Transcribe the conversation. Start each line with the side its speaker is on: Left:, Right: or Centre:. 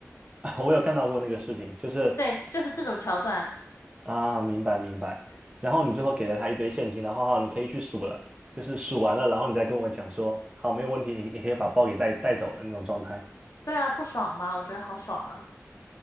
Right: <laughs> 我有看到过那个视频，就是
Left: 对，就是这种桥段。
Right: 啊，明白明白。然后你最后给了他一堆现金，然后好，你可以去数了，就是数完了，然后你再跟我讲说，好，没有问题，你你可以把包给带带走了那种状态，
Left: 对啊，不爽吗？我觉得好爽啊。